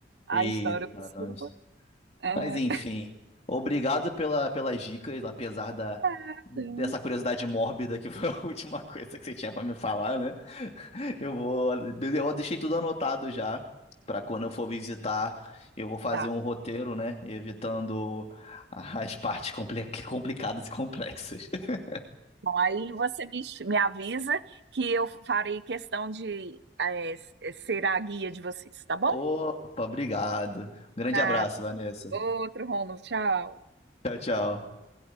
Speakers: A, on the right; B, on the left.
A: a
B: Eita,
A: história obscura.
B: nós.
A: pô. É,
B: Mas enfim, obrigado pela, pelas dicas, apesar da,
A: é,
B: dessa curiosidade mórbida que foi a <laughs> última coisa que você tinha pra me falar, né? Eu vou, eu deixei tudo anotado já pra quando eu for visitar, eu vou fazer
A: tá.
B: um roteiro, né? Evitando as partes compli- complicadas e complexas. <laughs>
A: Bom, aí você me, ch- me avisa que eu farei questão de é, s- ser a guia de vocês, tá bom?
B: Opa, obrigado. Um grande
A: Nada.
B: abraço, Vanessa.
A: Outro Romulo, tchau.
B: Tchau, tchau.